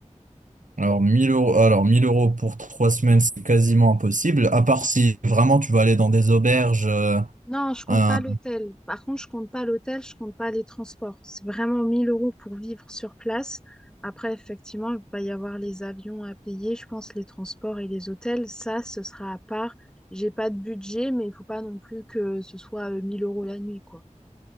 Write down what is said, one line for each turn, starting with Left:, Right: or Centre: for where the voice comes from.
Right: Alors 1000 euros, alors 1000 euros pour trois semaines, c'est quasiment impossible, à part si vraiment tu vas aller dans des auberges. euh,
Centre: Non, je compte
Right: un-
Centre: pas l'hôtel. Par contre, je compte pas l'hôtel, je compte pas les transports. C'est vraiment 1000 euros pour vivre sur place. Après, effectivement, il va y avoir les avions à payer, je pense, les transports et les hôtels. Ça, ce sera à part. J'ai pas de budget, mais il faut pas non plus que ce soit euh, 1000 euros la nuit, quoi.